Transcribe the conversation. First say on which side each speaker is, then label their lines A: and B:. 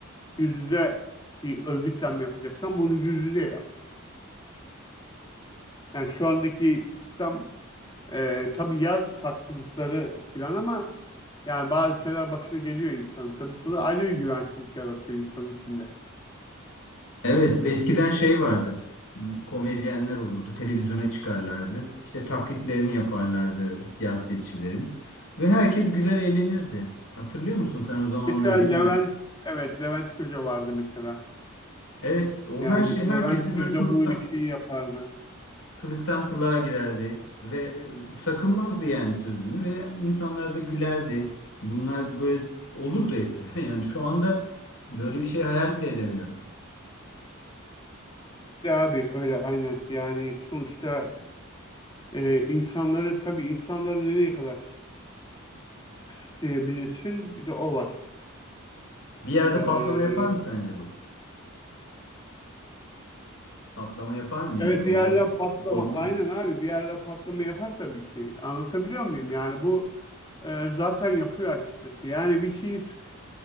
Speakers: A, on the left; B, on the left.
A: Yüz yüze bir örgütlenme yapacaksan bunu yüz yüze yap. Yani şu andaki sistem Ee, tabii yaz haksızlıkları filan ama yani bazı şeyler başına geliyor insan. Tabii bu da ayrı bir güvensizlik yaratıyor insanın içinde.
B: Evet, eskiden şey vardı. Komedyenler olurdu, televizyona çıkarlardı. İşte taklitlerini yaparlardı siyasetçilerin. Ve herkes güler eğlenirdi. Hatırlıyor musun sen o zamanları
A: Mesela
B: bilmiyorum.
A: Levent, evet Levent Kırca vardı mesela.
B: Evet, o
A: Yani
B: her şey herkesi
A: Levent Kırca
B: böyle kılıktan,
A: bu işi yapardı.
B: kılıktan kılığa girerdi. Ve e, sakınmazdı yani sözünü ve insanlar da gülerdi. Bunlar böyle olurdu eskiden <laughs> yani. Şu anda böyle bir şey hayal bile edemiyorum.
A: Öyle abi öyle aynen. Yani sonuçta e, insanları tabii insanları nereye kadar kısıtlayabilirsin? Bir de o var.
B: Bir yerde
A: Ee,
B: patlama yapar mı sence bu? Patlama yapar mı yani
A: Evet
B: olay?
A: bir yerde patlama
B: Yapabilir
A: aynen
B: mi?
A: abi bir yerde patlama yapar tabii ki anlatabiliyor muyum yani bu e, zaten yapıyor açıkçası yani bir şeyi sık